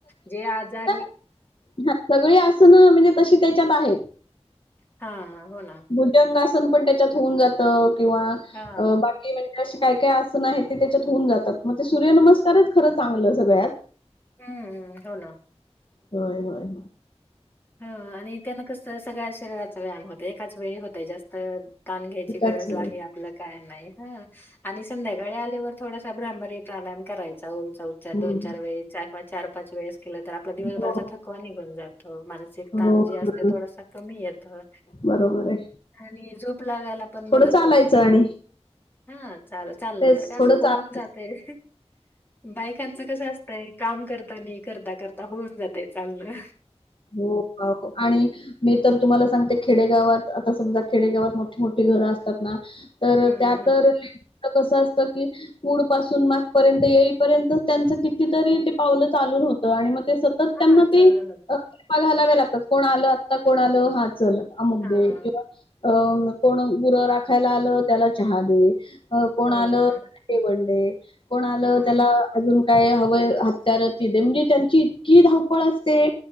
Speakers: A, on the left; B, on the left.
A: जे आजारी
B: हा सगळी असन म्हणजे तशी त्याच्यात आहेत
A: हा हो ना
B: भुजंगासन पण त्याच्यात होऊन जात किंवा
A: हा
B: बाकी म्हणजे े काय काय आसनं आहे ते त्याच्यात होऊन जातात मग ते सूर्यनमस्कारच खरं चांगलं सगळ्यात
A: हम्म हम्म हो ना
B: होय हय.
A: ह आणि त्यांना कस सगळ्या शरीराचा व्यायाम होतोय एकाच वेळी होतय जास्त. ताण घ्यायची गरज
B: त्याच हो,
A: आहे, आपलं काय नाही ह आणि संध्याकाळी आल्यावर थोडासा भ्रामरी प्राणायाम करायचा, ओमचा उच्चार
B: हं.
A: दोन चार वेळेस, चार पाच वेळेस केलं तर आपला दिवसभराचा
B: हो,
A: थकवा निघून जातो. तसे
B: हो,
A: ताण असते
B: ना.
A: थोडासा कमी आता.
B: बरोबर आहे.
A: आणि झोप लागायला पण
B: थोडं
A: मदत
B: चालायचं
A: होते ना.
B: आणि
A: हा चाल चाललं
B: तेच
A: तर का असं
B: थोडं
A: होऊन
B: चालायचं.
A: जातय बायकांचं कसं असतय? काम करता नि करता करता होऊन जातय चालण
B: हो आणि मी तर तुम्हाला सांगते खेडेगावात आता समजा खेडेगावात मोठी मोठी घर अस तर
A: हम्म
B: त्या तर कस असत की पुढ पासून मागपर्यंत येईपर्यंत त्यांच कितीतरी ते पावलं चालू होत आणि मग ते सतत त्यांना
A: हा
B: ते
A: चाललं
B: फेऱ्या घालाव्या लागतात कोण आलं आता कोण आलं हा चल अमुक
A: हा
B: दे किंवा अ कोण गुरं राखायला आलं त्याला चहा दे, कोण
A: हो
B: आलं
A: ना
B: त्याला जेवण दे कोण आलं
A: हा
B: त्याला अजून काय हव हत्यार ती दे, म्हणजे त्यांची इतकी धावपळ असते